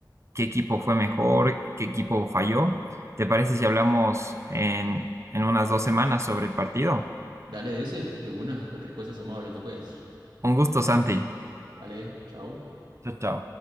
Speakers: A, on the right; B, on the right.
A: qué equipo fue mejor, qué equipo falló. ¿Te parece si hablamos en, en unas dos semanas sobre el partido?
B: Dale ese, de una, cualquier cosa estamos hablando pues.
A: Un gusto, Santi.
B: Vale, chao.
A: Chao, chao.